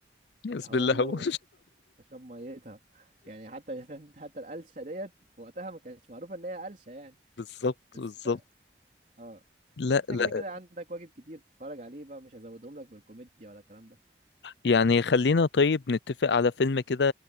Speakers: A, on the left; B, on the right.
A: بسم
B: هو
A: الله
B: قال
A: <laughs>
B: له
A: هو
B: اشرب ميتها يعني حتى <laughs> حتى القلشه ديت في وقتها ما كانتش معروفه ان هي قلشه يعني
A: بالظبط
B: بس
A: بالظبط
B: بقى اه
A: لا
B: انت
A: لا
B: كده كده عندك واجب كتير تتفرج عليه بقى مش هزودهم لك بالكوميديا ولا الكلام ده
A: يعني خلينا طيب نتفق على فيلم كده